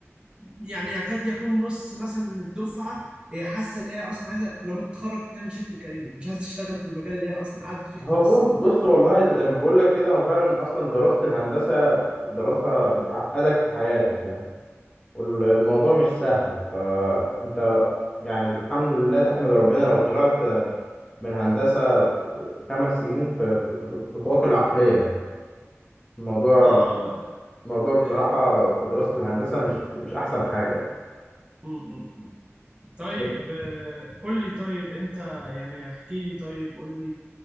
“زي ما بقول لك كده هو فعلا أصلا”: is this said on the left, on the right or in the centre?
Left